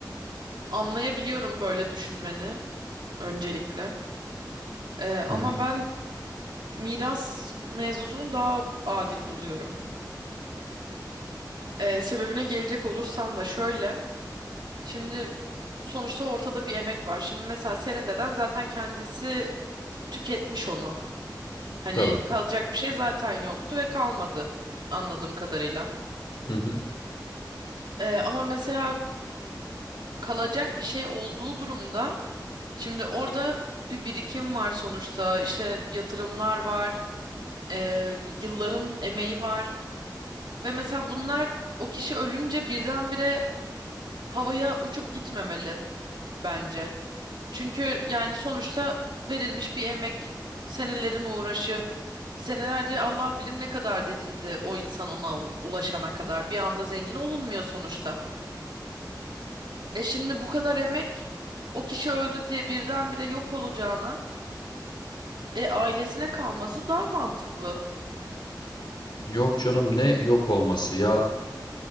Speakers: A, on the right; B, on the left.
A: anlayabiliyorum böyle düşünmeni öncelikle. Ee, ama
B: Hı hı,
A: ben miras mevzusunu daha adil buluyorum. Ee, sebebine gelecek olursam da şöyle. Şimdi sonuçta ortada bir emek var. Şimdi mesela senin deden zaten kendisi tüketmiş onu. Hani
B: tabii.
A: kalacak bir şey zaten yoktu ve kalmadı anladığım kadarıyla.
B: Hı hı.
A: Ee, ama mesela kalacak bir şey olduğu durumda şimdi orada bir birikim var sonuçta. İşte yatırımlar var e, yılların emeği var ve mesela bunlar o kişi ölünce birdenbire havaya uçup gitmemeli bence. Çünkü yani sonuçta verilmiş bir emek, senelerin uğraşı, senelerce Allah bilir ne kadar dedindi o insan ona u- ulaşana kadar. Bir anda zengin olunmuyor sonuçta. E şimdi bu kadar emek o kişi öldü diye birdenbire yok olacağına e ailesine kalması daha mantıklı.
B: Yok canım ne yok olması ya